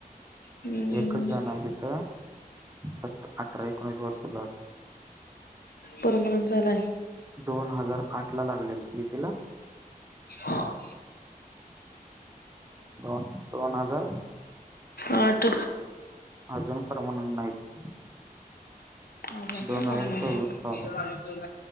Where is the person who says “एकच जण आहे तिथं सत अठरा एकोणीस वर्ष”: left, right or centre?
Right